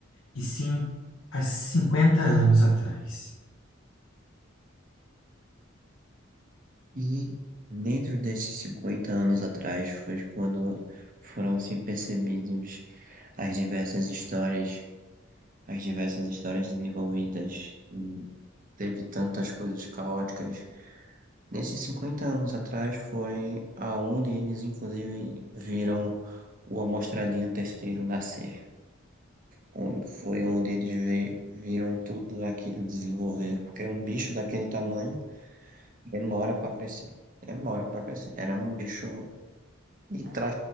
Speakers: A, on the left (about 75°); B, on the right (about 40°).
A: e sim há 50 anos atrás.
B: E dentro desses 50 anos atrás foi quando foram se percebidos as diversas histórias as diversas histórias desenvolvidas. E teve tantas coisas caóticas. Nesses 50 anos atrás foi aonde eles, inclusive, viram o Amostradinho Terceiro nascer. Onde- Foi onde eles ve- viram tudo aquilo desenvolver. Porque um bicho daquele tamanho demora para crescer. Demora para crescer. Era um bicho estra-